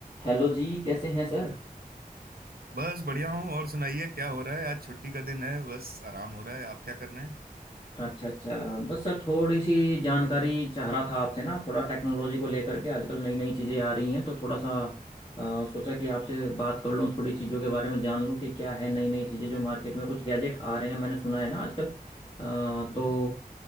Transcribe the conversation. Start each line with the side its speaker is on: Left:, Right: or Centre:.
Left: हेलो जी कैसे हैं सर
Right: बस बढ़िया हूँ और सुनाइए क्या हो रहा है आज छुट्टी का दिन है बस आराम हो रहा है आप क्या कर रहे हैं
Left: अच्छा अच्छा बस सर थोड़ी सी जानकारी चाह रहा था आपसे ना थोड़ा टेक्नोलॉजी को लेकर
Right: हम्म
Left: के आजकल नई नई चीज़ें आ रही हैं तो थोड़ा सा अ, सोचा कि आपसे बात कर लूँ थोड़ी चीज़ों के बारे में जान लूँ कि क्या है नई नई चीज़ें जो मार्केट में कुछ गैजेट आ रहे हैं मैंने सुना है ना आजकल अ,
Right: हम्म
Left: तो